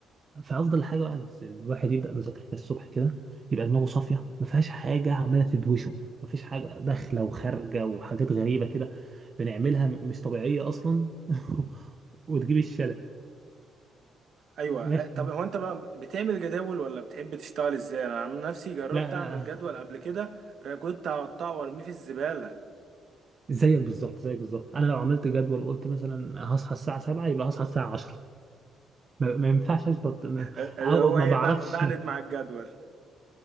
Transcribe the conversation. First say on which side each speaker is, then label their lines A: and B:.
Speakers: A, on the right; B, on the right.
A: فافضل حاجه بعد الواحد يبدا مذاكره الصبح كده يبقى دماغه صافيه ما فيهاش حاجه عماله تدوشه ما فيش حاجه داخله وخارجه وحاجات غريبه كده بنعملها مش طبيعيه اصلا <laughs> وتجيب الشلل
B: ايوه اه،
A: ماشي
B: طب هو انت بقى بتعمل جداول ولا بتحب تشتغل ازاي انا عن نفسي جربت
A: لا
B: اعمل جدول قبل كده را- كنت هقطعه وارميه في الزبالة
A: زيك بالظبط زيك بالظبط انا لو عملت جدول وقلت مثلا هصحى الساعه 7 يبقى هصحى الساعه 10 ما ما ينفعش اظبط ما-
B: اللي
A: او
B: هو
A: ما
B: ايه
A: بعرفش
B: بع- بعند مع الجدول